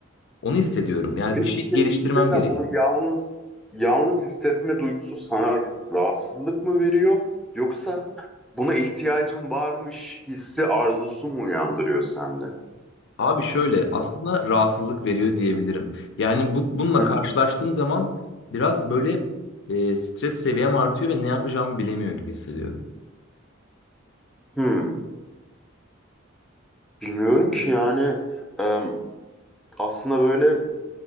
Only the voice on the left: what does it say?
Onu hissediyorum. Yani
bir şey geliştirmem
gerekiyor.
Abi şöyle aslında rahatsızlık veriyor diyebilirim. Yani bu, bununla
karşılaştığım
zaman biraz böyle e, stres seviyem artıyor ve ne yapacağımı bilemiyor gibi hissediyorum.